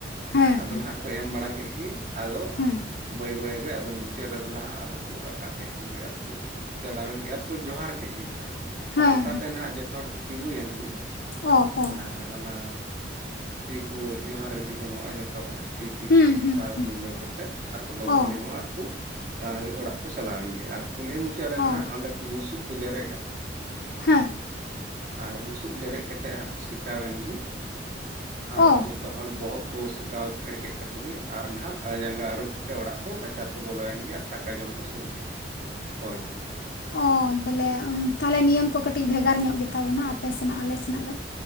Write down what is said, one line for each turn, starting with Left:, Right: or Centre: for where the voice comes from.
Left: ᱦᱮᱸ
Right: ᱟᱫᱚ
Left: ᱦᱮᱸ
Right: ᱱᱟᱦᱟᱜ ᱠᱚ ᱮᱢ ᱵᱟᱲᱟ ᱠᱮᱜ ᱜᱮ ᱟᱫᱚ
Left: ᱦᱮᱸ
Right: ᱵᱟᱹᱭ ᱵᱟᱹᱭ ᱨᱮ ᱟᱫᱚ ᱢᱩᱪᱟᱹᱫ ᱨᱮ ᱫᱚ ᱞᱟᱦᱟ ᱟᱫᱚ ᱠᱚ ᱨᱟᱠᱟᱵ ᱠᱮᱫ ᱠᱚᱜᱮ ᱟᱨ ᱠᱩ ᱪᱟᱞᱟᱣᱮᱱ ᱜᱮ ᱟᱨ ᱠᱚ ᱡᱚᱦᱟᱨ ᱠᱮᱜ ᱜᱮ ᱱᱟᱦᱟᱜ
Left: ᱦᱮᱸ
Right: ᱯᱟᱱᱛᱟ ᱛᱮ ᱱᱟᱦᱟᱜ ᱡᱚᱛᱚ ᱦᱚᱲ ᱠᱚ ᱛᱤᱸᱜᱩᱭᱮᱱ ᱜᱮ
Left: ᱚᱸ ᱚᱸ
Right: ᱦᱮᱸ ᱚᱱᱟ ᱛᱤ ᱠᱚ ᱡᱚᱦᱟᱨ ᱨᱤᱛᱤ ᱡᱚᱝᱚᱜ-ᱟ ᱡᱚᱛᱚ ᱦᱚᱲ ᱛᱤ ᱛᱤ
Left: ᱦᱩᱸ
Right: ᱠᱚ ᱢᱮᱥᱟ
Left: ᱦᱩᱸ ᱦᱩᱸ
Right: ᱢᱤᱞᱟᱹᱣ ᱠᱟᱛᱮᱜ ᱟᱨ ᱠᱚ ᱰᱚᱵᱚᱜ
Left: ᱚ
Right: ᱡᱚᱝᱚᱜ-ᱟ ᱟᱨ ᱠᱚ ᱚᱲᱟᱜ ᱠᱚ ᱪᱟᱞᱟᱣᱮᱱ ᱜᱮ ᱟᱨ ᱠᱩᱞᱦᱤ ᱢᱩᱪᱟᱹᱜ ᱨᱮ ᱱᱟᱦᱟᱜ
Left: ᱚ
Right: ᱚᱸᱰᱮ ᱵᱩᱥᱩᱵ ᱠᱚ ᱡᱨᱮᱜᱟ
Left: ᱦᱮᱸ
Right: ᱟᱨ ᱵᱩᱥᱩᱵ ᱡᱮᱨᱮᱜ ᱠᱟᱛᱮᱜ ᱦᱟᱸᱜ ᱠᱚ ᱥᱮᱠᱟᱣᱮᱱ ᱜᱮ ᱟᱨ
Left: ᱚ
Right: ᱡᱚᱛᱚ ᱦᱚᱲ ᱵᱚᱦᱚᱜ ᱠᱚ ᱥᱮᱠᱟᱣ ᱯᱷᱮᱰ ᱠᱮᱜ ᱛᱟᱠᱚ ᱜᱮ ᱟᱨ ᱱᱟᱦᱟᱜ ᱡᱟᱸᱜᱟ ᱟᱹᱨᱩᱵ ᱠᱟᱛᱮᱜ ᱚᱲᱟᱜ ᱠᱚ ᱨᱟᱪᱟ ᱨᱮ ᱠᱚ ᱵᱚᱞᱚᱭᱮᱱ ᱜᱮ ᱟᱨ ᱫᱟᱠᱟ ᱡᱚᱢ ᱠᱚ ᱥᱩᱨᱩ ᱠᱮᱜ ᱜᱮ ᱦᱳᱭ ᱦᱳᱭ
Left: ᱚᱸ ᱵᱚᱞᱮ ᱛᱟᱦᱞᱮ ᱱᱤᱭᱟᱹᱢ ᱠᱚ ᱠᱟᱹᱴᱤᱡ ᱵᱷᱮᱜᱟᱨ ᱧᱚᱸᱜ ᱜᱮᱛᱟ ᱵᱚᱱᱟ ᱟᱯᱮ ᱥᱮᱱᱟᱜ ᱟᱞᱮ ᱥᱮᱱᱟᱜ ᱫᱚ